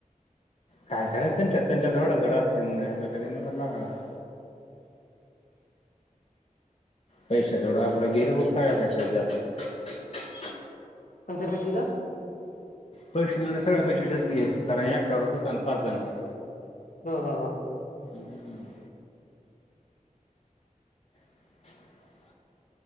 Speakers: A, on the left; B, on the left.
A: काय करायच त्यांच्यात त्यांच्यात तेवढं असत आणि ह्याचा कधी नंबर लागायचा. पैशा तेवढा आपलं गेल बघ सगळे पेक्षा जास्त.
B: कशापैकी रे
A: पैसे म्हणजे सगळ्या पेक्षा जास्त घेईल. कारण एकट्यावरच होता ना पाच जणाच
B: हम् हम हा
A: हम्म ह